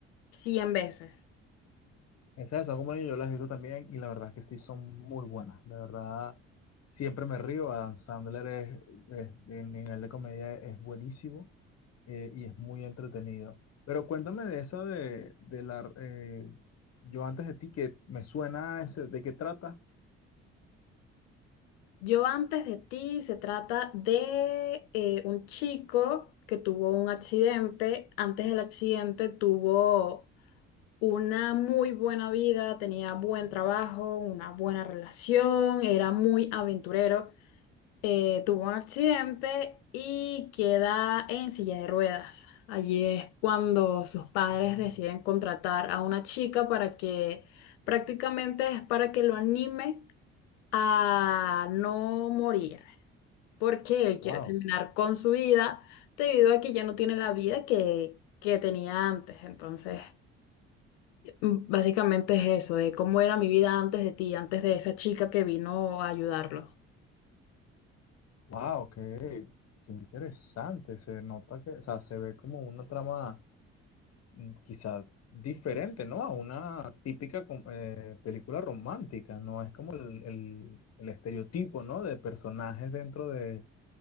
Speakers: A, on the left (about 80°); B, on the left (about 50°).
A: 100 veces.
B: Esas de Sago Mani yo las he visto también y la verdad es que sí son muy buenas. De verdad, siempre me río. Adam Sandler es, es- de nivel de comedia es buenísimo eh, y es muy entretenido. Pero cuéntame de esa de, de la... eh, yo antes de ti, que me suena a ese, ¿de qué trata?
A: Yo antes de ti se trata de eh, un chico que tuvo un accidente. Antes del accidente tuvo una muy buena vida, tenía buen trabajo, una buena relación, era muy aventurero. Eh, tuvo un accidente y queda en silla de ruedas. Allí es cuando sus padres
B: Mm.
A: deciden contratar a una chica para que prácticamente es para que lo anime a no morir porque él quiere
B: Wow,
A: terminar con su vida debido a que ya no tiene la vida que, que tenía antes. Entonces, mm, básicamente es eso, de cómo era mi vida antes de ti, antes de esa chica que vino a ayudarlo.
B: wow, qué, qué interesante. Se nota que, o sea, se ve como una trama mm, quizá diferente, ¿no? A una típica com- eh, película romántica, ¿no? Es como el, el- el estereotipo, ¿no? De personajes dentro de,